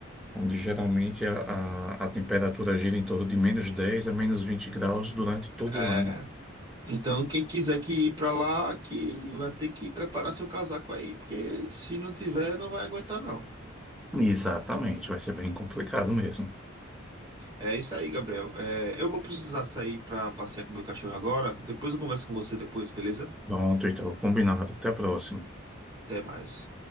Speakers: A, in the centre; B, on the right (about 20°).
A: onde geralmente a, a, a temperatura gira em torno de menos 10 a menos 20 graus durante todo
B: É,
A: o ano.
B: então, quem quiser que ir pra lá, que vai ter que preparar seu casaco aí, porque se não tiver, não vai aguentar, não.
A: Exatamente, vai ser bem complicado mesmo.
B: É isso aí, Gabriel. É, eu vou precisar sair para passear com meu cachorro agora. Depois eu converso com você depois, beleza?
A: Pronto, então, combinado. Até a próxima.
B: Até mais.